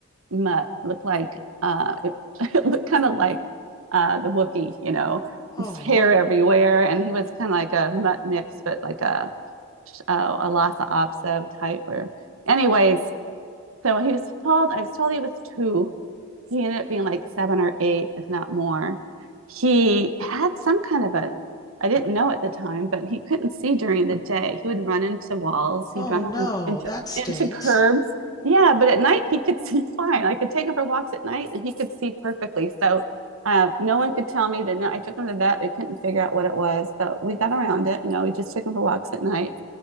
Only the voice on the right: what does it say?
mutt, looked like uh, it, <laughs> it looked kind of like uh, the Wookiee, you know,
his hair everywhere, and he was kind of like a mutt mix, but like a a, a Lhasa Apso type. Where, anyways, so he was told, I was told he was two. He ended up being like seven or eight, if not more. He had some kind of a, I didn't know at the time, but he couldn't see during the day. He would run into walls, he'd
run
on, into
into curbs. Yeah, but at night he could <laughs> see fine. I could take him for walks at night and he could see perfectly. So uh, no one could tell me that. No, I took him to the vet. We couldn't figure out what it was, but we got around it. You know, we just took him for walks at night.